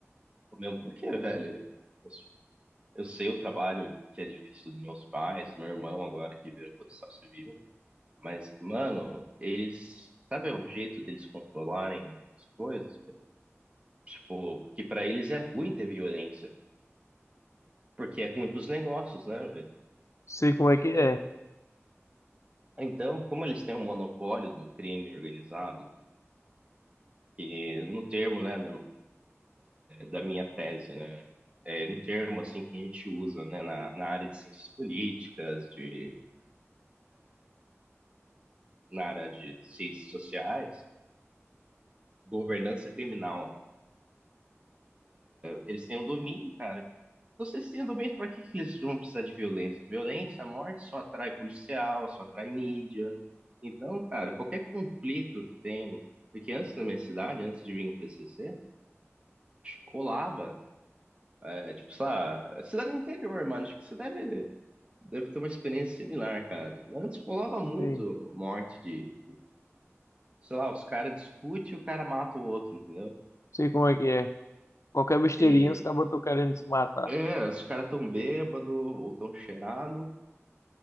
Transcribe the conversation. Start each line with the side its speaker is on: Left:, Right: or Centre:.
Right: Mesmo porque, velho, eu, eu sei o trabalho que é difícil dos meus pais, meu irmão agora que virou construção civil. Mas, mano, eles. Sabe o jeito deles controlarem as coisas? Tipo, que pra eles é ruim ter violência, porque é ruim pros negócios, né?
Left: Sei como é que
Right: É-
Left: é,
Right: é, Então, como eles têm um monopólio do crime organizado, que no termo, né, da, da minha tese, né? É, no termo, assim, que a gente usa, né, na, na área de ciências políticas, de, na área de ciências sociais, governança criminal. Eles têm o domínio, cara Você sendo bem, para que que eles vão precisar de violência? Violência, a morte só atrai policial, só atrai mídia. Então, cara, qualquer conflito que tem. Porque antes na minha cidade, antes de vir o PCC, colava. É, tipo, sei lá, é cidade do interior, mano. Acho que você deve, deve ter uma experiência similar, cara. Antes colava muito
Left: sei,
Right: morte de. Sei lá, os caras discutem e o cara mata o outro, entendeu?
Left: sei como é que é. Qualquer besteirinha,
Right: E
Left: os caras estão querendo se matar.
Right: é, os caras tão bêbado ou tão cheirado.